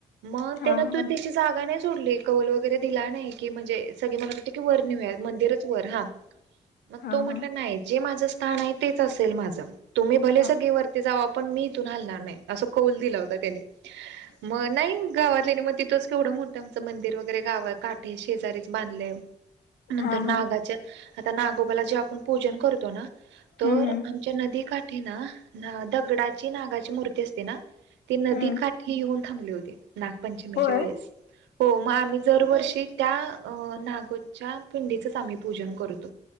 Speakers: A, on the right; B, on the left.
A: मग
B: हा
A: त्यान तु
B: हा
A: ते ची जागा नाही सोडली. कौल वगैरे दिला नाही म्हणजे सगळे म्हणत होते की वर नेऊया मंदिरच वर हा. मग
B: हा
A: तो
B: हा
A: म्हंट नाही जे माझं स्थान आहे तेच असेल माझं. तुम्ही भले
B: हा
A: सगळे वरती जावा पण मी इथून हालणार नाही. असं कौल दिला होता त्याने.
B: <inaudible>
A: मग नाही गावातल्यांनी मग तिथंच केवढं मोठं आमचं मंदिर वगैरे गावात काठी शेजारीच बांधलंय.
B: <inaudible>
A: नंतर
B: हा
A: नागाच्या आता नागोबाला जे आपण पूजन करतो ना, तर
B: हम्म
A: आम च्या नदीकाठी ना, दगडाची नागाची मूर्ती असते ना ते नदीकाठी
B: हम्म
A: येऊन थांबले होते, नागपंचमीच्या
B: होय
A: वेळेस. हो मग आम्ही दरवर्षी त्या अ नागोदच्या पिंडीचंच आम्ही पूजन करतो.